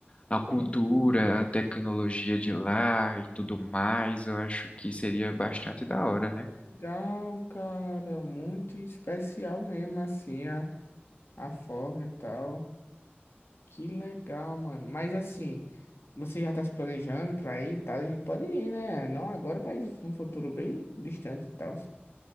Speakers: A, on the left; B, on the left.
A: A cultura,
B: né? Uhum,
A: a tecnologia de lá e tudo mais, eu acho que seria bastante da hora, né?
B: Legal, cara, muito especial mesmo, assim, a, a forma e tal. Que legal, mano. Mas assim, você já tá se planejando pra ir e tal? A gente pode ir, né? Não agora, mas num futuro bem distante e tal.